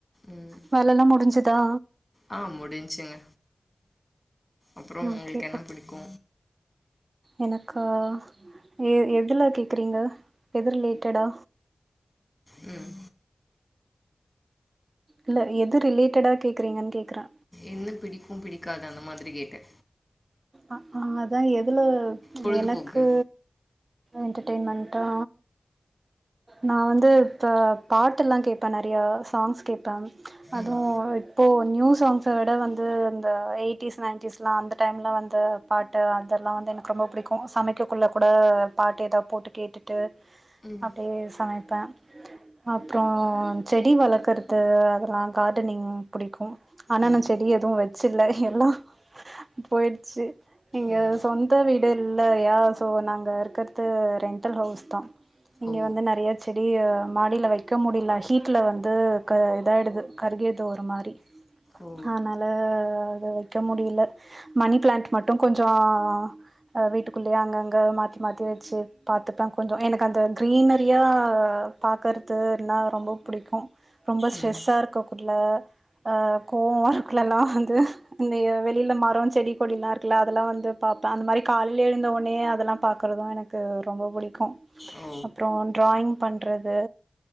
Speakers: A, on the left; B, on the right.
A: ம்
B: வேலையெல்லா முடிஞ்சுதா
A: ஆ முடிஞ்ச்சிங்க அப்றோ உங்களுக்கு
B: ஓகே
A: என்ன பிடிக்கு
B: எனக்கா எ எதுலா கேக்றீங்க எது ரிலேட்டடா
A: ம்
B: இல்ல எது ரிலேட்டடா கேட்கறீங்கன்னு கேட்கறே
A: என்ன பிடிக்கு பிடிக்காது அந்த மாதிரி கேட்டே
B: அ ஆ அதா எதுல
A: பொழுதுபோக்கு
B: எனக்கு என்டர்டெய்ன்மெண்ட்டா நா வந்து இப்போ பாட்டெல்லா கேப்பே நறையா சாங்ஸ் கேப்பே அதுவு
A: ம்
B: இப்போ நியூ சாங்ஸ் விட வந்து இந்த எயிட்டிஸ் நைன்டிஸ் எல்லா அந்த டைம்ல வந்த பாட்டு அதெல்லா வந்து எனக்கு ரொம்ப பிடிக்கு சமைக்கக்குள்ள கூட பாட்டு ஏதாவது போட்டு கேட்டு ட்டு
A: ம்
B: அப்டியே சமைப்பே அப்றோ செடி வளர்க்கறது அதெல்லா கார்டனிங் பிடிக்கும் ஆனா
A: ம்
B: நா செடி எதுவும் வச்சர்ல எல்லா போயிடுச்சு இங்க
A: ம்
B: சொந்த வீடு இல்லயா சோ நாங்க இருக்கறது ரென்டல் ஹவுஸ் தா இங்க
A: ஓ
B: வந்து நெறைய செடி அ மாடியில வைக்க முடியல ஹீட்ல வந்து க இதாயிடுது கருகிருது ஒரு மாரி
A: ஓ
B: அதனால அத வைக்க முடியல மணி பிளான்ட்டு மட்டும் கொஞ்சோ அத வீட்டுக்குள்ளயே அங்கங்க மாத்தி மாத்தி வச்சு பாத்துப்ப கொஞ்சம் எனக்கு அந்த க்ரீனரியா பாக்குறது அப்டினா ரொம்ப புடிக்கும் ரொம்ப ஸ்ட்ரெஸ்ஸா
A: ம்
B: இருக்கு இல்ல அ கோவமா இருக்குலல்லா வந்து இந்த வெளியில மா மரம் செடி கொடில்லா இருக்குல அதெல்லா வந்து பாப்ப அந்த மாரி காலைலேல எழுந்தவுன்னயே அதெல்லாம் பாக்குறதும் எனக் க்கு ரொம்ப புடிக்கும்
A: ஓ
B: அப்புறம் டிராயிங் பண்றது